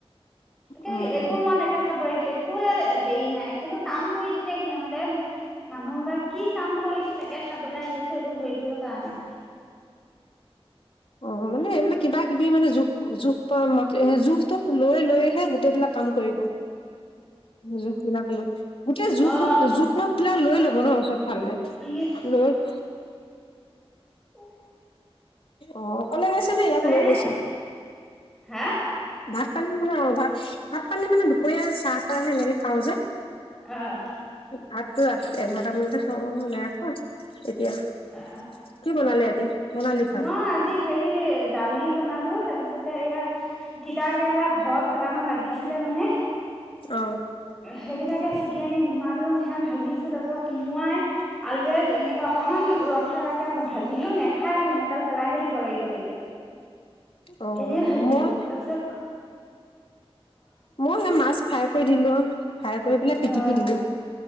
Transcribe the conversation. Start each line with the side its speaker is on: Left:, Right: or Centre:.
Centre: তাকে
Left: উম
Centre: একো মই তাকে চাব আহিছো। একোৱা হেৰি নাই কিন্তু কাম কৰি থাকে সিহঁতে মানুহ হুপাই কি কাম কৰিছে তাকে তাকে চাবলৈ আহিছো একো ধৰিবই পৰা নাই।
Left: <inaudible> অ মানে এইবিলাক কিবা কিবি মানে জোখ জোখ পা মাতে জোখটোখ লৈ লৈয়েহে গোটেইবিলাক কাম কৰিব জোখ বিলাক লৈ। গোটেই জোখ
Centre: অ
Left: জোখমাখ বিলাক লৈ ল'ব ন চবফালে
Centre: ঠিক আছে
Left: লৈ। <inaudible>
Centre: উ।
Left: অ অকলে গৈছ ইয়াকো লৈ
Centre: নে
Left: গৈছ?
Centre: হা।
Left: ভাত পানী মানে অ ভাত ভাত পানী মানে দুপৰীয়া চাহ তাহে এনেকে খাওঁ যে।
Centre: অহ
Left: ভাতটো ৰাতি এঘাৰটা মানতে খাওঁ আৰু ওলাই আহো এতিয়া
Centre: অ
Left: কি বনালি আজি। বনালি ভাত
Centre: মই আজি হেৰি এ দালি বনালো তাৰপিছতে এয়া তিতা কেৰেলা ঘৰত কেইটামান লাগিছিলে মানে।
Left: অ
Centre: সেইকেইটাকে ছিগি আনি ধুমা ধুম সেয়া ভাজিছো তাৰ পিছত কোম- মোৱাই আলুৱে তেনেকে অকনমান ৰসে ৰাসে ভাজিলো নে খাই কোনো এডাল পেলাইহে দিব লাগিব এতিয়া
Left: অ
Centre: এনে ভাজিলো
Left: মই
Centre: তাৰ পিছত
Left: মই সেই মাছ ফ্ৰাই কৰি দিলো অ ফ্ৰাই কৰি পেলাই পিটিকি
Centre: অ
Left: দিলো।